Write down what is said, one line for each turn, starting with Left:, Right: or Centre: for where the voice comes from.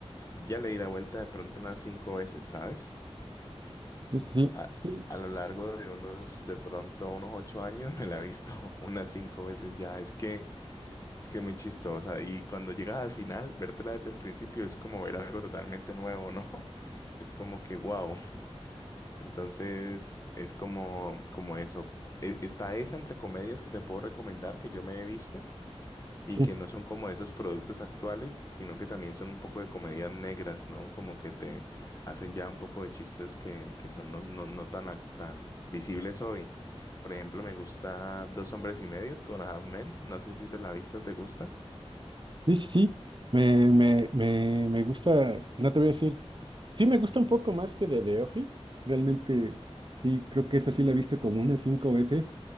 Left: ya le di la vuelta de pronto unas cinco veces, ¿sabes?
Right: Yo sí, sí,
Left: A,
Right: sí,
Left: a lo largo de unos, de pronto unos ocho años <laughs> me la he visto <laughs> unas cinco veces ya. Es que, es que muy chistosa. Y cuando llegas al final, vértela desde el principio es como ver algo totalmente nuevo, ¿no? <laughs> Es como que wow. Entonces, es como, como eso. E- Está esa entre comedias que te puedo recomendar que yo me he visto y
Right: sí,
Left: que
Right: sí.
Left: no son como esos productos actuales, sino que también son un poco de comedias negras, ¿no? Como que te hacen ya un poco de chistes que, que son no, no, no tan, ac- tan visibles hoy. Por ejemplo, me gusta Dos Hombres y Medio, Two and a Half Men. No sé si te la has visto, ¿te gusta?
Right: sí. sí. Me, me, me, me gusta, no te voy a decir Sí, me gusta un poco más que de The Office. Realmente, sí, creo que esa sí la he visto como unas cinco veces,